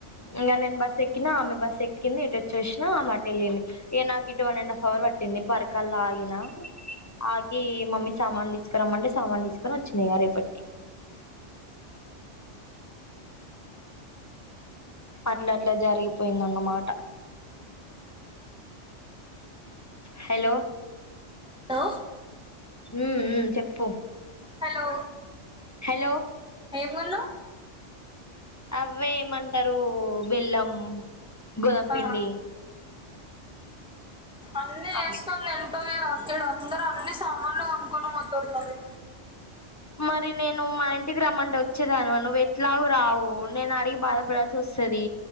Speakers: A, on the left; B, in the centre.
A: ఇంకా నేను బస్ ఎక్కినా ఆమె బస్ ఎక్కింది ఇటు వచ్చేసిన ఆమె అటు వెళ్ళింది ఇక నాకు ఇటు వన్ అండ్ హఫ్ పర్కలా ఆగిన ఆగి మమ్మీ సామాన్ తీసుకునిమ్మంటే సామాన్లు తీసుకొని వచ్చినా ఇగ రేపటికి అట్లా అట్లా జరిగిపోయిందన్నమాట హలో
B: ఆ
A: ఉమ్ ఉమ్ చెప్పు
B: హలో
A: హలో
B: ఏం కొన్నావ్
A: అవే మ అంటారు బెల్లం గోదామ పిండి
B: ఆ అన్నీ వేసుకని
A: అవి
B: ఎంటో వేరు ఏడ అందరూ అన్ని సామాన్లు కొనుక్కొనిపోతున్నారు
A: మరి నేను మా ఇంటికి రమ్మంటే వచ్చేదానుమా నువ్వు ఎట్లాగ రావు నేను అడిగి బాధపడాల్సి వస్తుంది